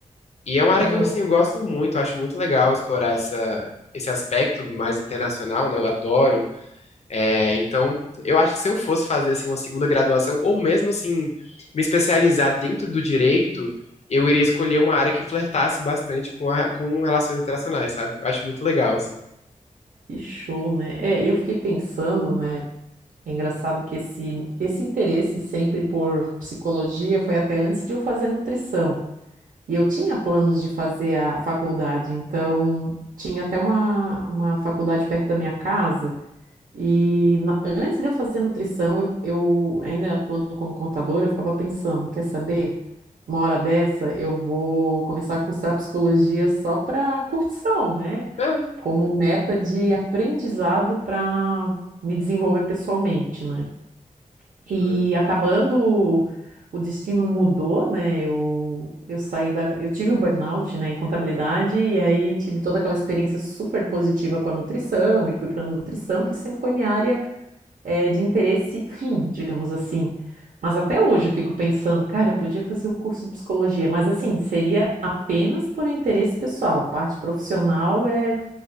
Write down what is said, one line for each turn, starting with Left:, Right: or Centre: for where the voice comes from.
Left: E é uma área
Right: Aham.
Left: que eu, assim, eu gosto muito, acho muito legal explorar essa, esse aspecto mais internacional, né? Eu adoro. É, então, eu acho que se eu fosse fazer assim uma segunda graduação, ou mesmo assim, me especializar dentro do direito, eu iria escolher uma área que flertasse bastante com, a, com relações internacionais, sabe? Eu acho muito legal, assim.
Right: Que show, né? É, eu fiquei pensando, né? É engraçado que esse, esse interesse sempre por psicologia foi até antes de eu fazer nutrição. E eu tinha planos de fazer a faculdade, então tinha até uma, uma faculdade perto da minha casa. E na- antes de eu fazer nutrição, eu, eu ainda atuando como contadora, eu ficava pensando, quer saber? Uma hora dessa eu vou começar a cursar psicologia só para curtição, né?
Left: Ah,
Right: Como meta de aprendizado para me desenvolver pessoalmente, né? E
Left: hum,
Right: acabando, o destino mudou, né? Eu, eu saí da, eu tive o burnout, né, em contabilidade e aí tive toda aquela experiência super positiva com a nutrição e fui para nutrição, que sempre foi minha área é, de interesse fim, digamos assim. Mas até hoje eu fico pensando, cara, eu podia fazer o curso de psicologia, mas assim, seria apenas por interesse pessoal. A parte profissional é,